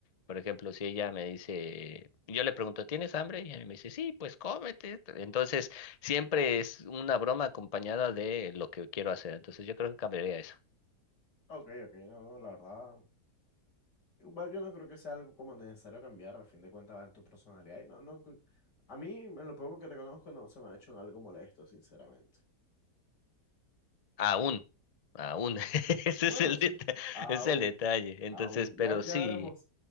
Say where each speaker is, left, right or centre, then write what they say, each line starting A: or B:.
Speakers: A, on the left; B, on the left.
A: Por ejemplo, si ella me dice, yo le pregunto, ¿tienes hambre? Y ella me dice, sí, pues cómete. Entonces Siempre es una broma acompañada de lo que quiero hacer. Entonces yo creo que cambiaría eso.
B: ok, ok, no, la verdad, igual yo no creo que sea algo como necesario cambiar, a fin de cuentas va en tu personalidad y no, no, cu- a mí, en lo poco que te conozco, no se me ha hecho algo molesto, sinceramente.
A: Aún, aún. <laughs> Ese
B: Bueno,
A: es el
B: sí,
A: deta-
B: aún,
A: es el detalle. Entonces,
B: aún,
A: pero
B: ya, ya
A: sí,
B: veremos,